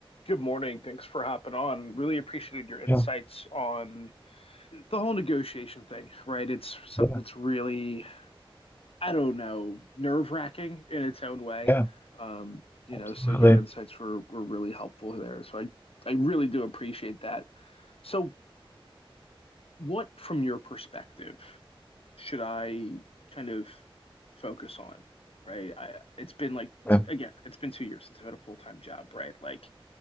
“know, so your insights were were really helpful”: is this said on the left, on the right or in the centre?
Left